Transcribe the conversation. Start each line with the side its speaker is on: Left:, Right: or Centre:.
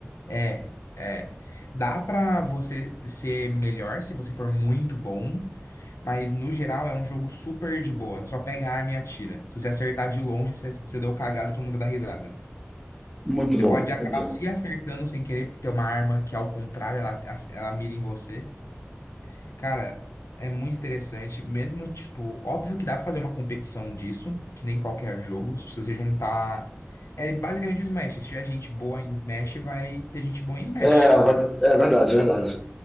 Left: É, é. Dá pra você ser melhor se você for muito bom, Mas no geral é um jogo super de boa. Você Só pega a arma e atira. Se você acertar de longe, você, você deu cagada e todo mundo dá risada.
Centre: Muito
Left: Você
Centre: bom,
Left: pode acabar
Centre: entendi.
Left: se acertando sem querer, porque tem uma arma que, ao contrário, ela, ela mira em você. Cara, é muito interessante. Mesmo, tipo, óbvio que dá pra fazer uma competição disso, que nem qualquer jogo. Se você juntar. É basicamente o Smash. Se tiver gente boa em Smash, vai ter gente boa em Smash.
Centre: É, vai- é verdade, é verdade.